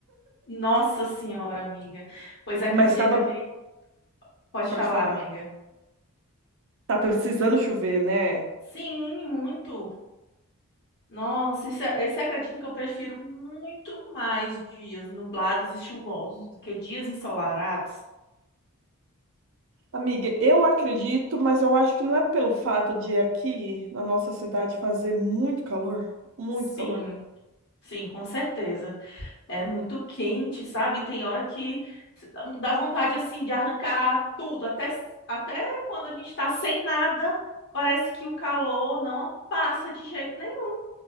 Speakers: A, on the left; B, on the right.
A: Nossa senhora, amiga. Pois acredita
B: mas tava,
A: que... Pode
B: pode
A: falar,
B: falar,
A: amiga.
B: tá precisando chover, né?
A: Sim, muito. Nossa, e você você acredita que eu prefiro muito mais dias nublados e chuvosos do que dias ensolarados?
B: Amiga, eu acredito, mas eu acho que não é pelo fato de aqui na nossa cidade fazer muito calor, muito
A: Sim,
B: calor.
A: sim, com certeza. É muito quente, sabe? Tem hora que s- um, dá vontade assim de arrancar tudo, até até quando a gente está sem nada, parece que o calor não passa de jeito nenhum.